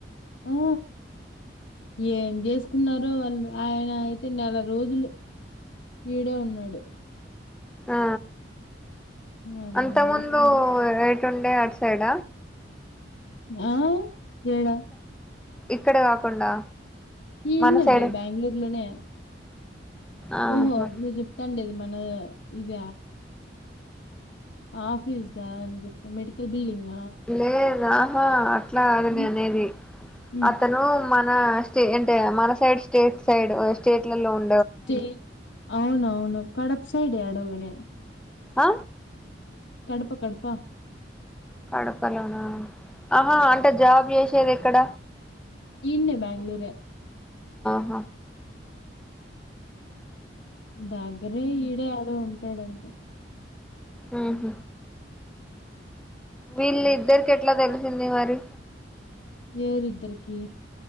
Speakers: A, on the left (about 85°); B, in the centre.
A: ఆ ఏం చేసుకున్నారో వాళ్ళు ఆయన అయితే నెల రోజులు ఈడే ఉన్నాడు
B: ఆ
A: అదేం
B: అంత ముందు
A: చేసినాడు
B: ఎటు ఉండే అటు సైడ
A: ఆ ఏడ
B: ఇక్కడే కాకుండా
A: ఇనండి
B: మన సైడే
A: బెంగళూరు లోనే
B: ఆహా
A: ఓహో నువు చెప్తాండేది మ ఓ ఇద ఆఫీస్దా నువు చెప్పే మెడికల్ బిల్లింగ
B: లేదాహా అట్లా కాదు
A: హుహు.
B: నే అనేది
A: హ్మ్.
B: అతను మన చే అంటే మన సైడ్ స్టేట్ సైడ్ స్టేట్లలో ఉ
A: స్టేట్ అవునవును కడప సైడ్ ఏడో గని
B: ఆ
A: కడప కడప
B: కడప లోనా ఆహా అంటే జాబ్ చేసి వచ్చేది ఎక్కడ
A: ఇన్నె బెంగుళూరే
B: ఆ
A: దగ్గరే ఈడే ఆడో ఉం ట్టడంటా
B: ఆహ వీళ్ళిద్దరికీ
A: హ్మ్.
B: ఎట్లా తె చిన్నేవారు
A: ఎవ రిద్దరికి